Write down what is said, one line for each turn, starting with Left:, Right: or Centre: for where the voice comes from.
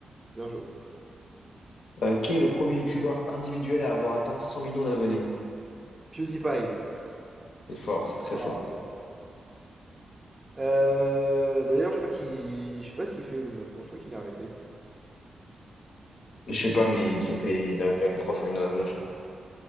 Right: bien joué.
Left: Euh, qui est le premier youtubeur individuel à avoir atteint 100 millions d'abonnés?
Right: PewDiePie.
Left: C'est fort, c'est très
Right: Ah
Left: fort.
Right: ouais, c'est fort. Euh, d'ailleurs, je crois qu'il... Je sais pas ce qu'il fait lui maintenant. Je crois qu'il a arrêté.
Left: Je sais pas, mais il, fait ses- il a quand même 300 millions d'abonnés, je crois.